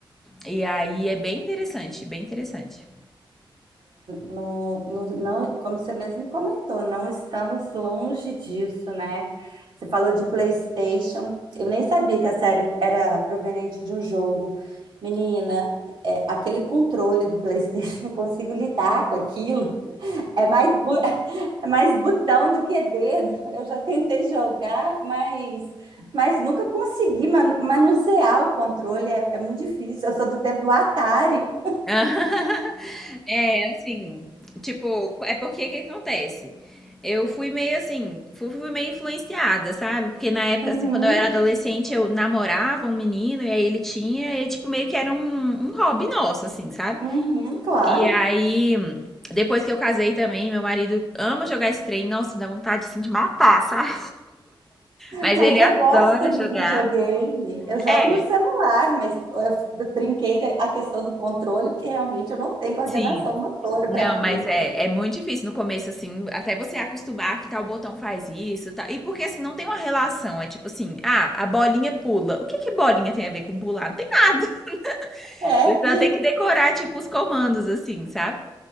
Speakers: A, in the centre; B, on the right (about 65°).
A: E aí é bem interessante, bem interessante.
B: No, no- não, como você mesmo comentou, não estamos longe disso, né? Você falou de PlayStation. Eu nem sabia que a série era proveniente de um jogo. Menina, é, aquele controle do PlayStation, <laughs> não consigo lidar com aquilo. É mais, bu- <laughs> é mais botão do que dedo. Eu já tentei jogar, mas, mas nunca consegui man- manusear o controle. É, é muito difícil. Eu sou do tempo do Atari.
A: <laughs> É, assim, tipo, é porque que acontece? Eu fui meio assim, fui, fui meio influenciada, sabe? Porque na época,
B: Uhum,
A: assim, quando eu era adolescente, eu namorava um menino e aí ele tinha, e tipo, meio que era um, um hobby nosso, assim, sabe?
B: uhum, claro.
A: E aí, depois que eu casei também, meu marido ama jogar esse trem, nossa, me dá vontade, assim, de matar, sabe? Mas
B: Mas
A: ele
B: eu
A: adora
B: gosto de
A: jogar.
B: videogame. Eu jogo
A: É,
B: no celular, mas eu brinquei da- a questão do controle, porque realmente eu não tenho coordenação
A: sim.
B: motora
A: Não,
B: para aquilo.
A: mas é, é muito difícil no começo, assim, até você acostumar que tal botão faz isso, tal. E porque, assim, não tem uma relação. É tipo assim, ah, a bolinha pula. O que que bolinha tem a ver com pular? Não tem nada. <laughs>
B: É,
A: Então tem que decorar, tipo, os comandos, assim, sabe?